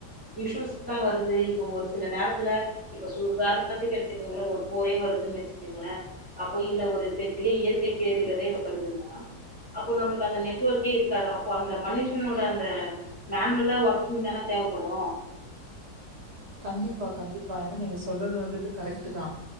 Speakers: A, in the centre; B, on the right.
A: விஷூவல்ஸ் தா வருது இப்போ ஒரு சில நேரத்துல இப்ப சு உதாரணத்துக்கு எடுத்துக்கங்ள ஒரு போரே வருதுன் வச்சு இருங்கள அப்போ இல்ல ஒரு பெரிய இயற்கை பேரிடறே வருதுன்னா அப்போ நம்ளுக்கு அந்த நெட்ஒர்க்கே இருக்காது அப்போ அந்த மனுஷனோட அந்த மேன்வல்லா ஒர்க்கிங் தான தேவப்படு
B: கண்டிப்பா கண்டிப்பா ஏனா நீங்க சொல்றது வந்துட்டு கரெக்ட் தா